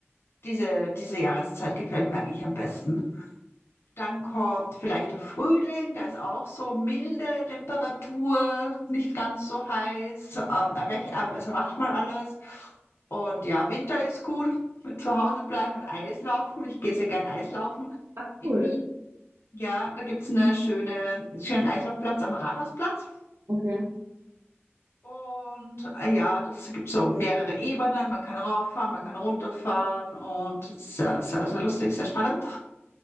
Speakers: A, on the left; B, on the right.
A: Diese, diese Jahreszeit gefällt mir eigentlich am besten. Dann kommt vielleicht der Frühling, da ist auch so milde Temperatur, nicht ganz so heiß. Ähm, erwech, äh, es erwacht mal alles. Und ja, Winter ist gut, zu Hause bleiben und Eislaufen. Ich gehe sehr gern Eislaufen
B: Ah,
A: in
B: cool.
A: Wien. Ja, da gibt's eine schöne, einen schönen Eislaufplatz am Rathausplatz.
B: Okay.
A: Und äh, ja, das gibt so mehrere Ebenen. Man kann rauffahren, man kann runterfahren und sehr, sehr, sehr lustig, sehr spannend.